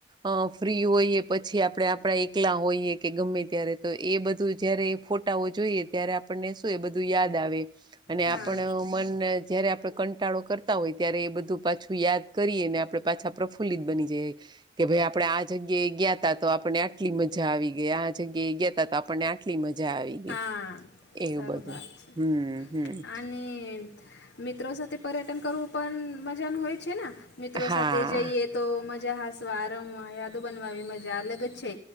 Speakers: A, on the right; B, on the left.
A: અ ફ્રી હોઈએ પછી આપણે આપણા એકલા હોઈએ કે ગમે ત્યારે તો એ બધું જયારે ફોટાઓ જોઈએ ત્યારે આપણને શું એ બધું યાદ આવે. અને
B: હા
A: આપણ મન જયારે આપડ ક ઘટાડો કરતા હોય ત્યારે એ બધું પાછું યાદ કરીએ ને આપણે પાછા પ્રફુલ્લિત બની જાય. કે ભાઈ આપણેે આ જગ્યાએ ગયા ત તો આપણને આટલી મજા આવી ગઈ આ જગ્યાએ ગયાતા તો આપણને કેટલી મજા આવી ગઈ.
B: હા
A: એવું
B: સરરૂઆત
A: બધું
B: છે
A: હમ હમ
B: અને મિત્રો સાથે પર્યટન કરવું પણ મજાનું હોય છે ને મિત્રો
A: હા
B: સાથે જઈએ. તો મજા હસવા રમવા યાદો બનવાવી મજા અલગ જ છે